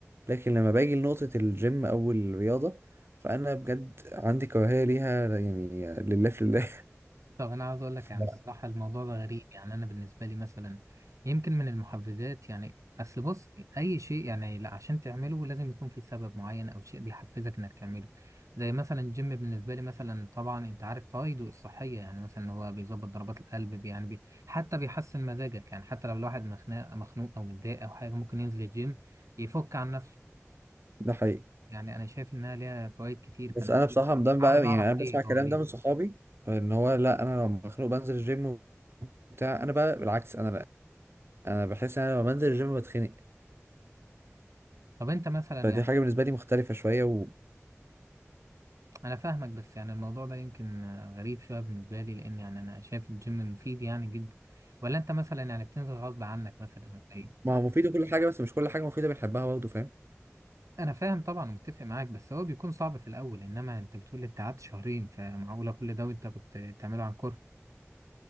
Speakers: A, on the right (about 50°); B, on the right (about 80°).
A: لكن لما باجي لنقطه الجيم او الرياضه فانا بجد عندي كراهيه ليها يعني لله في الله
B: طب انا عاوز اقول لك
A: <laughs> ف-
B: يعني الصراحه الموضوع ده غريب يعني انا بالنسبه لي مثلا يمكن من المحفزات يعني اصل بص اي شيء يعني لا عشان تعمله لازم يكون في سبب معين او شيء بيحفزك انك تعمله زي مثلا الجيم بالنسبه لي مثلا طبعا انت عارف فوائده الصحيه يعني مثلا هو بيظبط ضربات القلب بي- يعني بي حتى بيحسن مزاجك يعني حتى لو الواحد مخنوق مخنوق او متضايق او حاجه ممكن ينزل الجيم يفك عن نفسه
A: ده حقيقي
B: يعني انا شايف انها ليها فوائد كتير
A: بس
B: فانا
A: انا بصراحه ده بقى
B: عاوز اعرف
A: يعني انا
B: ليه
A: بسمع الكلام
B: اه ليه
A: ده من صحابي ان هو لا انا لو مخنوق بنزل الجيم وبتاع انا بقى بالعكس انا لا انا بحس ان انا لما بنزل الجيم بتخنق
B: طب انت مثلا
A: فدي
B: يعني
A: حاجه بالنسبه لي مختلفه شويه و
B: انا فاهمك بس يعني الموضوع ده يمكن آه، غريب شويه بالنسبه لي لان يعني انا شايف الجيم مفيد يعني جدا ولا انت مثلا يعني بتنزل غصب عنك مثلا ولا ايه
A: ما هو مفيده كل حاجه بس مش كل حاجه مفيده بنحبها برضه فاهم
B: انا فاهم طبعا ومتفق معاك بس هو بيكون صعب في الاول انما انت بتقول انت قعدت شهرين فمعقوله كل ده وانت كنت بتعمله عن كره